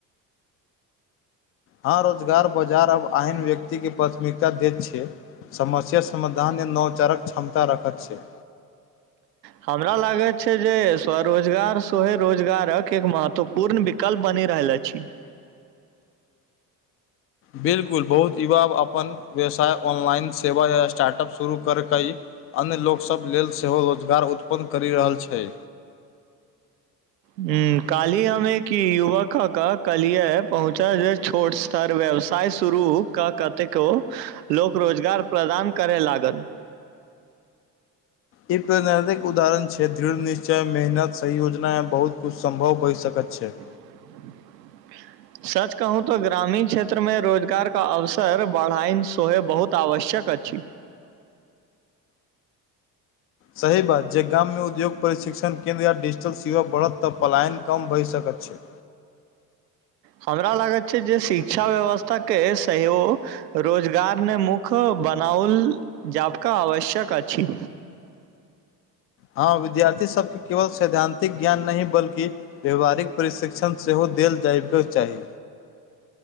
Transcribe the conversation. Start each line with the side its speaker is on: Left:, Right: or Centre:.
Left: हँ रोजगार बाजार आब आहन व्यक्ति के प्राथमिकता दैत छै समस्या समाधान नवचारक क्षमता रखत छै
Right: हमरा लागैत छै जे स्वरोजगार स्वहे रोजगारक एक महत्वपूर्ण वि कल बनि रहल अछि
Left: बिलकुल बहुत युवा अपन व्यवसाय ऑनलाइन सेवा या स्टार्टअप शुरू करकई अन्य लोकसभ लेल सेहो रोजगार उत्पन्न करि रहल छै
Right: हूॅं कालीय हमे की युवक कका कलिया पहुँचा जे छोट से तर व्यवसाय शुरू क कतेको लोक रोजगार प्रदान करय लागल
Left: ई प्रिक <unintelligible> उदाहरण छै दृढ़ निश्चय मेहनत सही योजना य बहुत कुछ सम्भव भ सकैत छै
Right: <inaudible> सच कहूँ त ग्रामीण क्षेत्र मे रोजगार के अवसर बढ़ाइन सहो बहुत आवश्यक अछि
Left: सही बात जे गाममे उद्योग प्रशिक्षण केन्द्र आ डिजिटल सेवा बढ़त त पलायन कम भई सकैत छै
Right: हमरा लागैत छै जे शिक्षा व्यवस्था के संयो रोजगार ने मुख्य बनाओल जाबका आवश्यक अछि
Left: ह विद्यार्थी सब के केवल सैद्धांतिक ज्ञान नहि बल्कि व्यावहारिक प्रशिक्षण सेहो देल जायको चाही